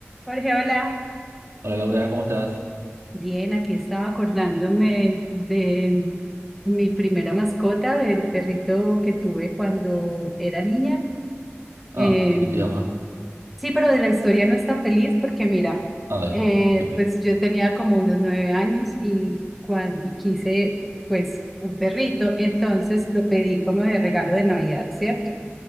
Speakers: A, in the centre; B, on the right.
A: Jorge, hola.
B: Hola Laura, ¿cómo estás?
A: Bien, aquí estaba acordándome de mi primera mascota, del perrito que tuve cuando era niña.
B: Ay,
A: Eh,
B: ¿qué te llama?
A: sí, pero de la historia no es tan feliz porque mira,
B: Ay,
A: eh,
B: qué pe-
A: pues yo tenía como unos nueve años y cuando quise pues un perrito, entonces lo pedí como de regalo de Navidad, ¿cierto?